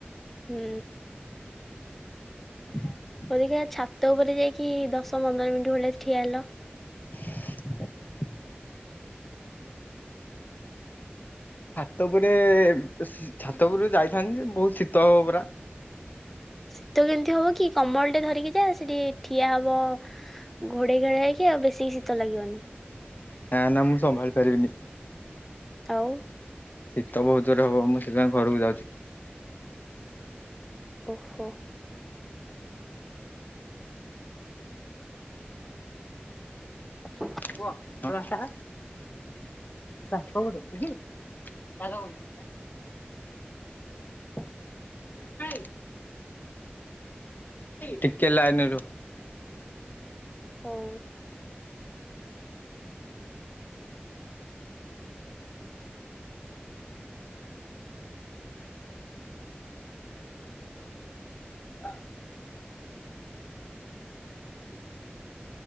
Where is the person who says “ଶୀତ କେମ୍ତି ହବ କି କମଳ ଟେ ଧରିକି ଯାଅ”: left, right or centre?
Centre